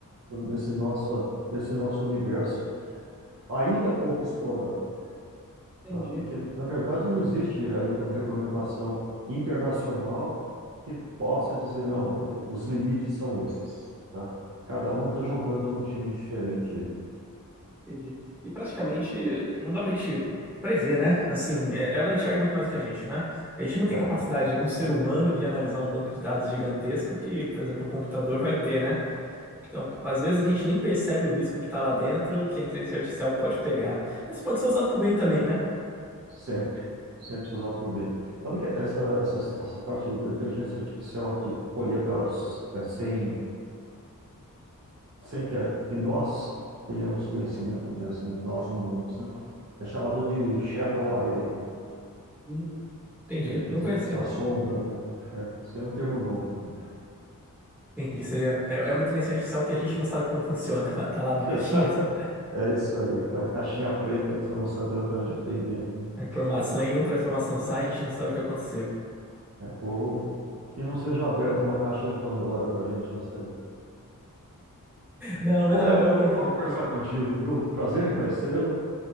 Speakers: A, on the right; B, in the centre.
A: Nesse nossa, nesse nosso universo ainda pouco explorado.
B: Entendi.
A: tá? Porque, na verdade, não existe ainda uma regulamentação internacional que possa dizer, não, os limites são esses, tá? Cada um está jogando num time diferente. aí.
B: Entendi. E praticamente não dá pra gente prever, né? Assim, é- ela enxerga muito mais do que a gente, né? A gente não tem
A: É,
B: capacidade, um ser humano, de analisar um banco de dados gigantesco que, por exemplo, um computador vai ter, né? Então, às vezes a gente nem percebe o risco que tá lá dentro, que a inteligência artificial pode pegar. Mas pode ser usado pro bem também, né?
A: sempre, sempre se usado por bem. Sabe que essa, essa, essa parte da inteligência artificial de colher dados é, sem, sem que, a- que nós tenhamos conhecimento, vamos dizer assim, nós humanos, né? É chamado de Shadow AI, né?
B: Hum, entendi.
A: inteligência
B: Não conhecia,
A: artificial
B: não.
A: sombra, né? É, é, isso é um termo novo também.
B: Entendi. Seria, é, é uma inteligência artificial que a gente não sabe como funciona. <laughs> Ela tá lá numa
A: <laughs>
B: caixinha, assim,
A: É isso aí, aquela caixinha preta que você não sabe exatamente o que tem dentro, né?
B: a informação entra, a informação sai, a gente não sabe o que aconteceu.
A: Ou que não seja aberta uma caixa de Pandora para gente, não sei.
B: Não, mas
A: Ô,
B: eu
A: Renan,
B: eu confio
A: legal conversar
B: que vai.
A: contigo, viu? Prazer em conhecê-lo.